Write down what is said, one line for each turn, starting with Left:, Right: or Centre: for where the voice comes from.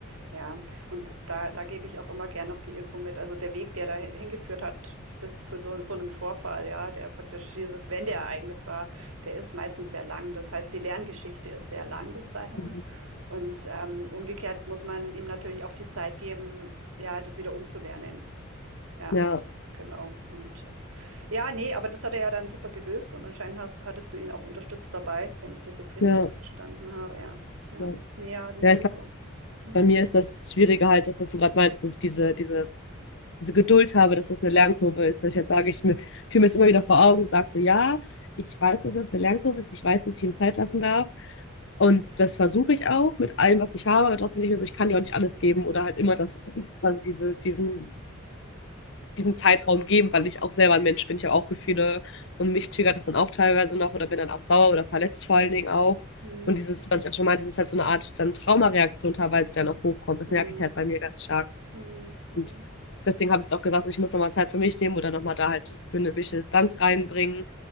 Right: Ja, und da, da gebe ich auch immer gern noch die Info mit. Also der Weg, der da hingeführt hat bis zu so, so einem Vorfall, ja, der praktisch dieses Wendeereignis war, der ist meistens sehr lang. Das heißt, die Lerngeschichte ist sehr lang bis dahin.
Left: Mhm.
Right: Und ähm, umgekehrt muss man ihm natürlich auch die Zeit geben, ja, das wieder umzulernen. Ja,
Left: Ja,
Right: genau. Und äh, ja, ne, aber das hat er ja dann super gelöst und anscheinend hast, hattest du ihn auch unterstützt dabei, wenn ich das jetzt richtig
Left: ja,
Right: verstanden habe. Ja, ja,
Left: ja.
Right: ne, ja, nee,
Left: Ja,
Right: super.
Left: ich glaube,
Right: Hm,
Left: bei mir ist das Schwierige halt, das, was du gerade meintest, dass ich diese, diese, diese Geduld habe, dass das eine Lernkurve ist. Dass ich jetzt sage, ich mir, fühle mir das immer wieder vor Augen und sage so, ja, ich weiß, dass das eine Lernkurve ist, ich weiß, dass ich ihm Zeit lassen darf. Und das versuche ich auch mit allem, was ich habe, aber trotzdem nicht mehr so, ich kann dir auch nicht alles geben oder halt immer das, also diese, diesen, diesen Zeitraum geben, weil ich auch selber ein Mensch bin, ich habe auch Gefühle und mich triggert das dann auch teilweise noch oder bin dann auch sauer oder verletzt vor allen Dingen auch.
Right: hm,
Left: Und dieses, was ich auch schon meinte, das ist halt so eine Art dann Traumareaktion teilweise, die dann auch hochkommt. Das
Right: hm,
Left: merke ich halt bei mir ganz stark.
Right: hm, hm,
Left: Und deswegen habe ich es auch gesagt, so, ich muss nochmal Zeit für mich nehmen oder nochmal da halt für eine gewisse Distanz reinbringen